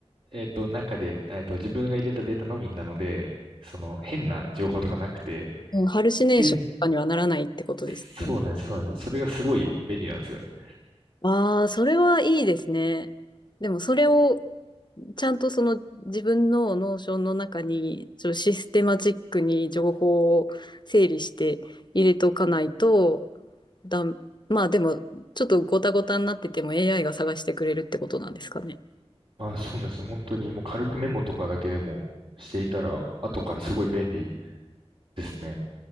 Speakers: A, on the right; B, on the left.
A: えっと、中で、えっと、自分が入れたデータのみなので、その、変な情報とかなくて、
B: うんハルシネーションとかにはならないってことですね。
A: で、そうなんです、そうなんです。それがすごい便利なんですよね。
B: ああ、それはいいですね。でもそれをちゃんとその自分のノーションの中にちょっとシステマチックに情報を整理して入れとかないとだん、まあでもちょっとごたごたになってても AI が探してくれるってことなんですかね。
A: あ、そうなんです。本当にもう軽くメモとかだけでもしていたら、後からすごい便利ですね。